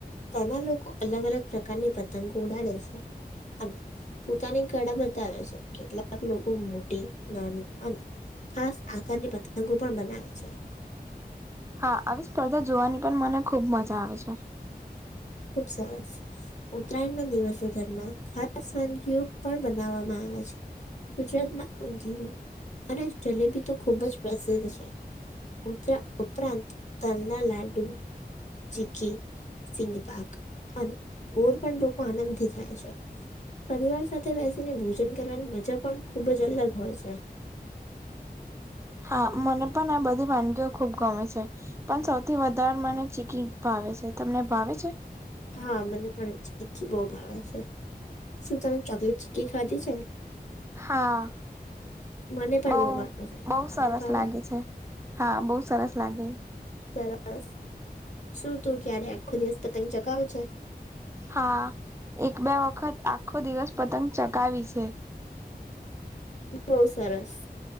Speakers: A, on the left; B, on the right.
A: તેમાં લોકો અલગ અલગ પ્રકારની પતંગો ઉડાડે છે. અને પોતાની કળા બતાવે છે, કેટલાક લોકો મોટી, નાની અને ખાસ આકારની પતંગો પણ બનાવે છે.
B: હા આવી સ્પર્ધા જોવાની પણ મને ખુબ મજા આવે છે.
A: ખુબ સરસ. ઉત્તરાયણ ના દિવસે ઘરમાં ખાસ વાનગીઓ પણ બનાવવામાં આવે છે. ગુજરાતમાં ઊંધિયુ અને જલેબી તો ખુબજ પ્રસિદ્ધ છે. ઉતરા ઉપરાંત તલ ના લાડું, ચીકી, સિઘ પાક અને બોર પણ લોકો આનંદથી ખાએ છે. પરિવાર સાથે બેસીને ભોજન કરવાની મજા પણ, ખુબ જ અલગ હોય છે.
B: હા, મને પણ આ બધી વાનગીઓ ખુબ ગમે છે. પણ સૌથી વધારે મને ચીકી ભાવે છે, તમને ભાવે છે?
A: હા મને પણ ચીકી બહુ ભાવે છે, શું તમે ચોકલેટ ચીકી ખાધી છે?
B: હા,
A: મને પણ
B: બઉ,
A: બહુ ભાવે છે.
B: બહુ
A: તમને
B: સરસ
A: ભાવે?
B: લાગે છે. હા, બહુ સરસ લાગે.
A: બસ, શું તું ક્યારે આખો દિવસ પતંગ ચગાવે છે?
B: હા! એક બે વખત આખો દિવસ પતંગ ચગાવી છે.
A: બહુ સરસ.